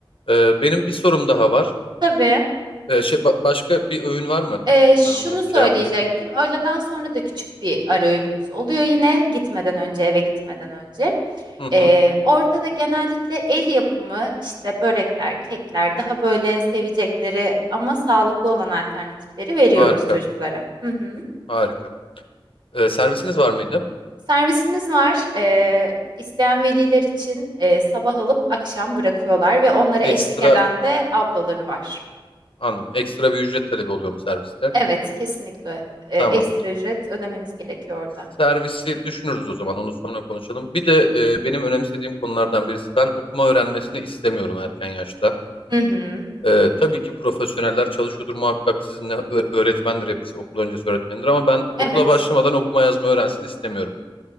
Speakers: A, on the left (about 75°); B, on the right (about 55°).
A: Ee, benim bir sorum daha var.
B: Tabii.
A: Ee, şey ba- başka bir öğün var mı?
B: Ee, şunu
A: Ben onu
B: söyleyecektim.
A: şey yapmayayım.
B: Öğleden sonra da küçük bir ara öğünümüz oluyor yine gitmeden önce eve gitmeden önce.
A: Hı hı.
B: Ee, orada da genellikle el yapımı işte börekler, kekler daha böyle sevecekleri ama sağlıklı olan alternatifleri veriyoruz
A: Harika.
B: çocuklara. Hı hı.
A: Harika. Ee, servisiniz var mıydı?
B: Servisimiz var. Ee, isteyen veliler için e, sabah alıp akşam bırakıyorlar ve onlara eşlik
A: Ekstra
B: eden de ablaları var.
A: anladım. Ekstra bir ücret talebi oluyor mu serviste?
B: Evet, kesinlikle e,
A: Tamam.
B: ekstra ücret ödemeniz gerekiyor orada.
A: Servisi düşünürüz o zaman. Onu sonra konuşalım. Bir de e, benim önemsediğim konulardan birisi ben okuma öğrenmesini istemiyorum erken yaşta.
B: Hı hı.
A: Ee, tabii ki profesyoneller çalışıyordur muhakkak sizinle Ö- öğretmendir hepsi okul öncesi öğretmendir ama ben
B: Evet.
A: okula başlamadan okuma yazma öğrensin istemiyorum.